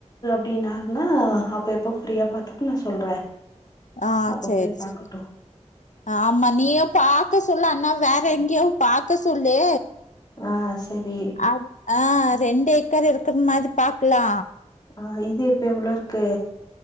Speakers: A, on the left; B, on the left.
A: ப்டின்னாருனா அப்ப எப்ப ஃப்ரீயா பாத்துட்டு நா சொல்றே
B: ஆஹ்
A: அப்ப
B: சேர்
A: போய் பாக்கட்டு
B: சேரி ஆமா நீயே பாக்க சொ சொல்லு அண்ணாவ வேற எங்கேயாது பாக்க சொல்லு
A: ஆஹ் செரி
B: அது ஆ ரெண்டு ஏக்கர் இருக்கிற மாதி பாக்லா
A: ஆஹ் இது இப்ப எவ்ளோ இருக்கு